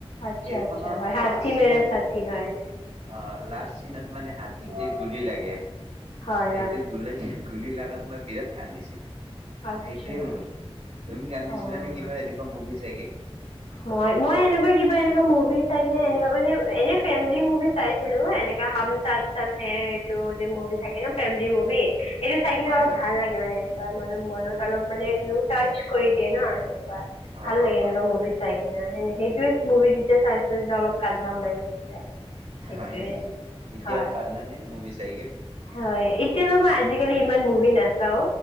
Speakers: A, on the left; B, on the right.
A: আচ্ছা
B: সেইখনত
A: আচ্ছা হয হাঠী
B: লাষ্ট চিনত
A: মেৰা চাঠী হয়
B: অ লাষ্ট চিনত মানে হাতীক যে গুলি লাগে
A: হয়
B: এইটো
A: হয়
B: গুলে গুলি লাগ তাত মই বিৰাট কান্দিছিলো
A: আচ্ছা
B: সেইটোৱে মোৰ তুমি কান্দিছিলা
A: অ
B: নে কিবা এনেকুৱা মুভি চাই তেগে
A: মই মই এনেকুৱা কিবা এনেকুৱা মুভি চাই কিনে এনেকুৱা মানে এনে ফেমিলি মুভি চাইছিলো, এনেকা হম চাথ চাথ হে এইটো যে মুভি থাকে ন ফেমিলি মুভি। এইটো চাই কিনে
B: হয়
A: অলপ
B: হয়
A: ভাল লাগে মানে এনে তাৰ মানে মনত অলপ মানে এনেও টাচ কৰি দিয়ে ন বাহ
B: অ
A: ভাল
B: অ
A: লাগে এনেকুৱা
B: অ
A: মুভি। চাই কিনা সেইটোৱে মুভি যেতিয়া চাইছো যে অলপ কান্দা ওলাই গৈছিলে। সেইটোৱে
B: হয় নেকি এতিয়া
A: হয়
B: আৰু কান্দা নে মুভি চাই <inaudible>
A: হয় এতিয়াতো মই আজিকালি ইমান মুভি না নাচাও